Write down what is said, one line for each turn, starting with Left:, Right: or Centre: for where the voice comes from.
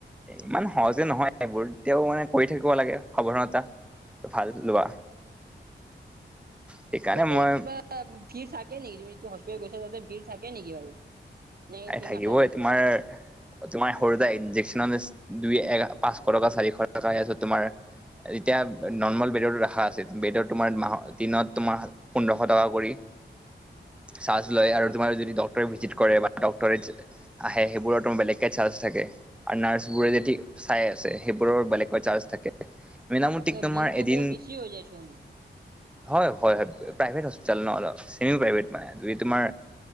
Centre: ইমান সহজে নহয় এইবোৰ তেতিয়াও মানে কৰি থাকিব লাগে সাৱধানতা ভাল লোৱা সেইকাৰণে
Right: তাতে
Centre: মই
Right: কিবা ভিৰ থাকে নেকি তুমি ত হস্পিতেল গৈছা তাতে ভিৰ থাকে নেকি বাৰু নে ভিৰ
Centre: থাকিবই
Right: নাথাকে
Centre: তোমাৰ তোমাৰ সৰুতে ইনজেকচন দুই এক পাঁচশ টকা চাৰিশ টকা আছে তোমাৰ এতিয়া নৰ্মেল বেডৰ ৰখা আছিল বেডৰ তোমাৰ মাহ দিনত তোমাৰ পোন্ধৰশ টকা কৰি চছ লয় আৰু তোমাৰ যদি ডক্টৰে ভিজিট কৰে বা ডক্টৰে আহে সেইবোৰতো বেলেগকে চান্স থাকে আৰু নাৰ্ছ বোৰে যদি চাই আছে সেই বোৰৰ বেলেগকৈ চাৰ্জ থাকে মনামতিক
Right: মানে
Centre: তোমাৰ
Right: বিলটো
Centre: এদিন
Right: বহুত বেছি হৈ যায়চোন
Centre: হয় হয় হয় প্ৰভেট হস্পিতাল ন অলপ চেমিও প্ৰভেট মান তোমাৰ